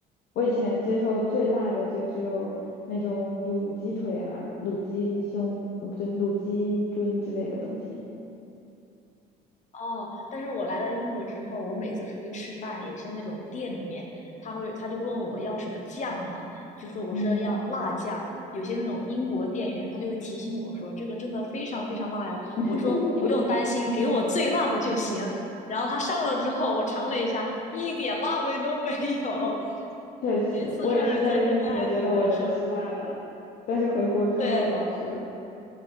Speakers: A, on the left (about 65°); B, on the left (about 45°).
A: 我以前接受最辣的就只有那种卤鸡腿啊、卤鸡胸，呃不对，卤鸡胗之类的东西。
B: 哦，但是我来了英国之后，我每次出去吃饭，有些那种店里面，他会他就问我要什么酱嘛，就说我说要辣酱。
A: 嗯，
B: 有些那种英国店员，他就会提醒我说这个真的非常非常辣哟。
A: <laughs>
B: 我说不用担心，给我最辣的就行。然后他上了之后，我尝了一下，一点辣味都没有。<laughs>
A: 确实，
B: 所以四川人在这边还挺难受的。
A: 我也是在英国觉得我能吃辣了，但是回国之后就老实了。
B: 对，